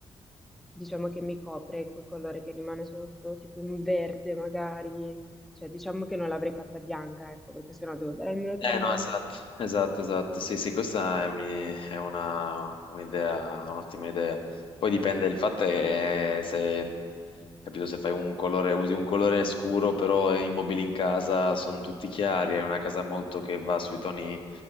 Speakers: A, in the centre; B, on the left.
A: diciamo che mi copre quel colore che rimane sotto, tipo un verde magari, cioè diciamo che non l'avrei fatta bianca, ecco, perché sennò devo dare almeno tre
B: Eh
A: mani.
B: no, esatto, esatto, esatto. Sì, sì, questa è un'i- è una- un'idea, un'ottima idea. Poi dipende, il fatto è eh, se, capito, se fai un colore, usi un colore scuro, però i mobili in casa sono tutti chiari, è una casa molto che va sui toni,